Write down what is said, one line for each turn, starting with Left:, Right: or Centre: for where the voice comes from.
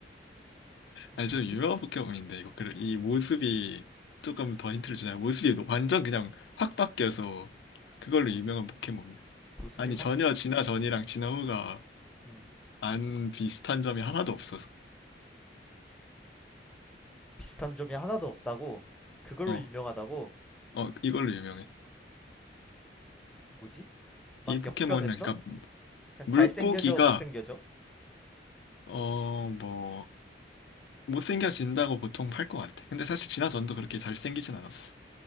Left: 아니
Centre: 뭐지?
Left: 좀 유명한 포켓몬인데 이거 그, 이 모습이 조금 더 힌트를 주자면 모습이 너- 완전 그냥 확 바뀌어서 그걸로
Centre: 모,
Left: 유명한 포켓몬이야.
Centre: 모습이
Left: 아니
Centre: 확
Left: 전혀 진화 전이랑 진화 후가
Centre: 음.
Left: 안 비슷한 점이 하나도 없어서
Centre: 비슷한 점이 하나도 없다고 그걸로
Left: 어,
Centre: 유명하다고
Left: 어 이걸로 유명해.
Centre: 뭐지? 막
Left: 이 포켓몬은
Centre: 역변했어?
Left: 그러니까
Centre: 약간
Left: 물고기가
Centre: 잘생겨져 못생겨져?
Left: 어 뭐 못생겨진다고 보통 팔 것 같아. 근데 사실 진화 전도 그렇게 잘생기진 않았어.